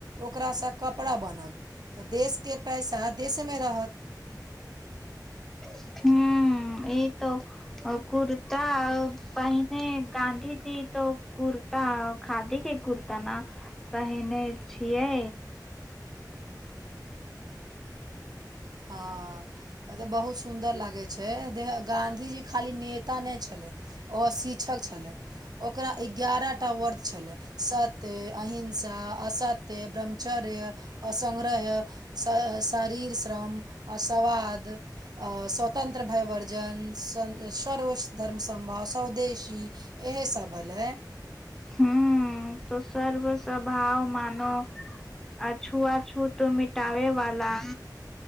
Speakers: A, on the right; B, in the centre.
A: ओकरासँ कपड़ा बनब तऽ देशके पैसा देशेमे रहत
B: हू, एते ओ कुर्ता पहीने गांधीजी तऽ कुर। तऽ खादीके कुर्ता ना पहिने छियै।
A: हँ, तऽ बहुत सुन्दर लागै छै, देह गाँधी जी खाली नेता नहि छलै। ओ शिक्षक छले ओकरा एगारहटा वर्द छले। सत्य अहिंसा असत्य, ब्रह्मचर्य, असङग्रह। सँ शरीरश्रम आ स्वाद स्वतन्त्र, भयवर्जन, सर्व धर्म सम्भाव स्वदेशी। इएह सभ भेललै।
B: हू, तऽ सर्व स्भाव मानव। आ छुआछुत मिटावे वाला